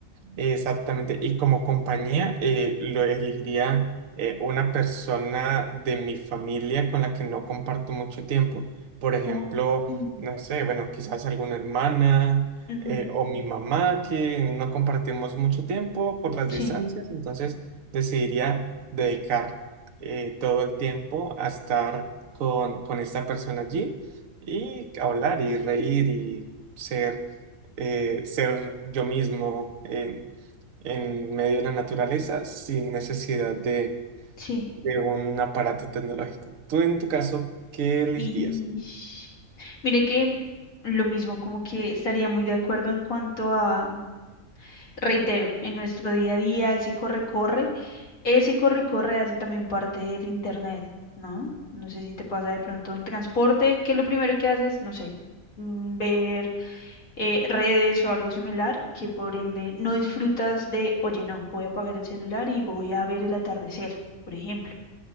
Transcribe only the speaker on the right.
Exactamente. Y como compañía, eh, lo elegiría eh, una persona de mi familia con la que no comparto mucho tiempo. Por ejemplo,
no sé, bueno, quizás alguna hermana
eh, o mi mamá que no compartimos mucho tiempo por las
distancias. Entonces, decidiría dedicar eh, todo el tiempo a estar con, con esta persona allí y hablar y reír y ser eh, ser yo mismo en, en medio de la naturaleza sin necesidad de,
de un aparato tecnológico. Tú en tu caso, ¿qué elegirías?